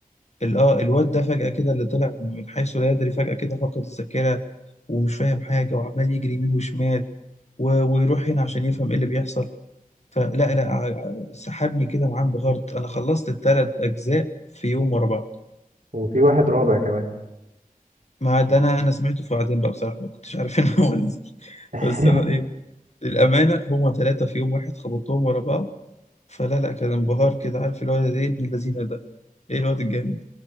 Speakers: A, on the left; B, on the right.
A: ال- اه الواد ده فجأة كده اللي طلع من حيث لا يدري فجأة كده فقد الذاكرة ومش فاهم حاجة وعمال يجري يمين وشمال و- ويروح هنا عشان يفهم ايه اللي بيحصل فلا لا ع- ع- سحبني كده معاه انبهرت انا خلصت الثلاث اجزاء في يوم ورا بعض
B: وفي واحد رابع كمان
A: ما ده انا انا سمعته في بعدين بقى بصراحة ما كنتش عارف <laughs> ان هو نزل
B: <laughs>
A: بس انا ايه للأمانة هما ثلاثة في يوم واحد خبطتهم ورا بعض فلا لا كان انبهار كده عارف الواد ده ايه ابن اللذينة ده ايه الواد الجامد